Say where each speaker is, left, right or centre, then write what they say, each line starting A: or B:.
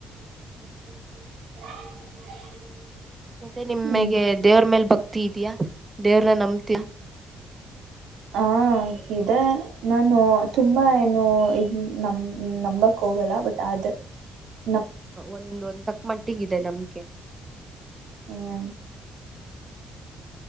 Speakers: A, on the right (about 85°); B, on the right (about 20°).
A: <inaudible>
B: ಮತ್ತೆ ನಿಮಗೆ
A: ಹ್ಮ್
B: ದೇವ್ರ ಮೇಲೆ ಬಕ್ ತ್ತಿ ಇದ್ಯಾಾ ದೆವ್ರ್ನಾ ನಮ್ <inaudible>
A: ಹ ಇದೆ ನಾನು ತುಂಬಾ ಏನು ಇ ನಮ ನಂಬಕ್ ಹೋಗಲ್ಲ ಬಟ್ ಆದ <unintelligible>
B: ಒಂದ ಒಂದ್ ತಕ್ ಮಟ್ಟಿಗ ಇದೆ ನಮ್ ಗೆ
A: ಹ್ಮ್